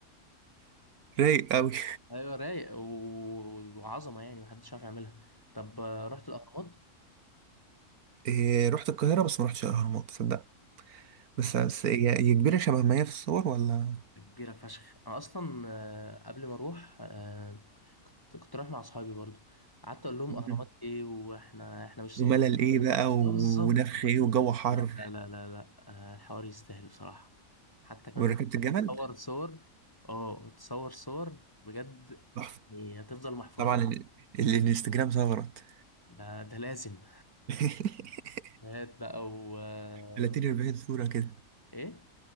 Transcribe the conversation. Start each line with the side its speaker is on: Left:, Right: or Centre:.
Right: رايق قوي
Left: ايوه رايق و- وعظمة يعني محدش عارف يعملها طب آه، رحت الأهرامات
Right: إيه رحت القاهرة بس ما رحتش الأهرامات تصدق بس بس هي هي كبيرة شبه ما هي في الصور ولا
Left: كبيرة فشخ أنا أصلا آه، قبل ما أروح آه، كنت كنت رايح مع أصحابي برضو قعدت أقول لهم
Right: مم.
Left: أهرامات إيه وإحنا إحنا مش
Right: وملل
Left: صغير
Right: إيه بقى و-
Left: آه، بالظبط
Right: ونفخ إيه وجو حر
Left: لا لا لا لا لا آه، الحوار يستاهل بصراحة حتى كمان
Right: وركبت الجمل
Left: تصور صور اه تصور صور بجد
Right: تحفة
Left: يعني هتفضل محفورة
Right: طبعا
Left: في
Right: ال- ال- الانستجرام ثغرت
Left: ده, ده لازم
Right: <laughs>
Left: هات بقى و آه،
Right: 30 40 صورة كده
Left: إيه